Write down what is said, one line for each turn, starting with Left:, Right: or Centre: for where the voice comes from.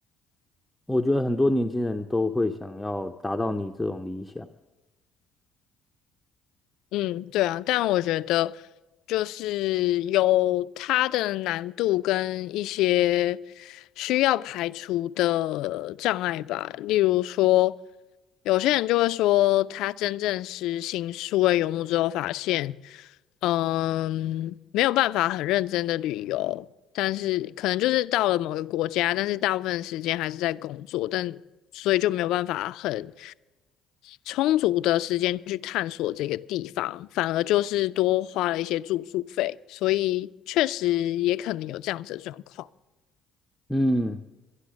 Centre: 我觉得很多年轻人都会想要达到你这种理想。
Left: 嗯，对啊，但我觉得就是有它的难度跟一些需要排除的障碍吧。例如说，有些人就会说，他真正实行数位游牧之后，发现，嗯，没有办法很认真的旅游，但是可能就是到了某个国家，但是大部分的时间还是在工作，但所以就没有办法很。充足的时间去探索这个地方，反而就是多花了一些住宿费，所以确实也可能有这样子的状况。
Centre: 嗯，